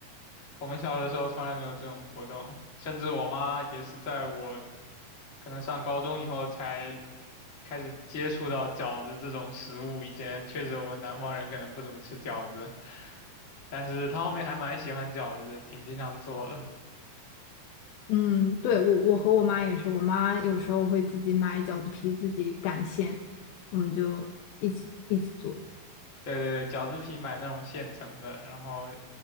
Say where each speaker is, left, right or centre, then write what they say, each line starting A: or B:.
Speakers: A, on the left (about 45°); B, on the left (about 85°).
A: 我们小的时候从来没有这种活动，甚至我妈也是在我可能上高中以后才开始接触到饺子这种食物，以前确实我们南方人可能不怎么吃饺子。但是他后面还蛮喜欢饺子的，挺经常做的。
B: 嗯，对，我我和我妈也是，我妈有时候会自己买饺子皮，自己擀馅，我们就一起一起做。
A: 对对对，饺子皮买那种现成的，然后